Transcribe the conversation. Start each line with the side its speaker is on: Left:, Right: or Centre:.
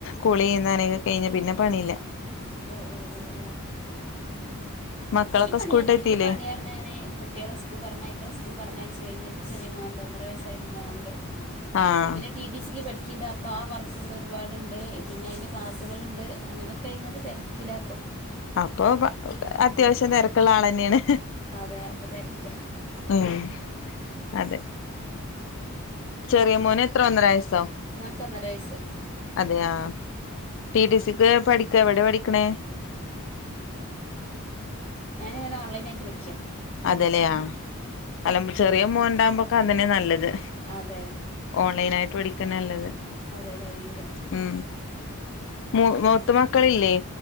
Left: കുളി ന്നനെക്കെ കഴിഞ്ഞാ പിന്നെ പണീല്ല.
Right: ഒ ഒ ഒ ഒ
Left: മക്കളൊക്കെ
Right: ഇക്കി പണ്യയെന്നെണ്
Left: സ്കൂളിട്ട് എത്തില്ലേ
Right: ഇക്ക് പണ്യ ഞാന് കുട്ട്യളെ സ്കൂൾ പറഞ്ഞയക്ക്ണ് സ്കൂൾ പറഞ്ഞയ്ചെയ്ഞ്ഞ ഇച്ച് ചെറ്യെ മോന്ണ്ടൊന്നര വസ്സായൊര് മോന്ണ്ട്.
Left: ആഹ്
Right: ഞ്ഞ്പ്ന്നെ റ്റി റ്റി സി ക്ക് പഠിക്ക്ണ്ട്. അപ്പ ആ വർക്ക്കളൊരുപാട്ണ്ട്, പിന്നയ്ൻ്റെ ക്ലാസ്കള്ണ്ട് അങ്ങനൊക്കായ്ങ്ങാ ണ്ട് തെര് കിലാപ്പൊ
Left: അപ്പൊ പ അത്യാവ്ശ്യം തെര്ക്ക്ള്ളാളെന്നേണ്.
Right: അതെ അപ്പ തെര്ക്യ.
Left: ഏഹ് അതെ ചെറ്യെ മോനെത്ര ഒന്നര വയസ്സൊ
Right: മോൻക്കൊന്നര വയസ്സ്
Left: അതെയാ ട്ടിട്ടീസിക്ക് പഠിക്ക, എവ്ടെ പഠിക്ക്ണെ?
Right: ഞാന്ങ്ങനെ ഓൺലൈനായ്ട്ട് പഠിക്കാ.
Left: അതെ ലെ ആഹ് അല്ല ചെറ്യെ മോൻണ്ടാവുമ്പൊക്കെ അതന്നെ നല്ലത്.
Right: അതെ
Left: ഓൺലൈനായ്ട്ട് പഠിക്കന്നല്ലത്.
Right: അതെ കയ്യൂല.
Left: മ് മു മൂത്ത മക്കളില്ലേ?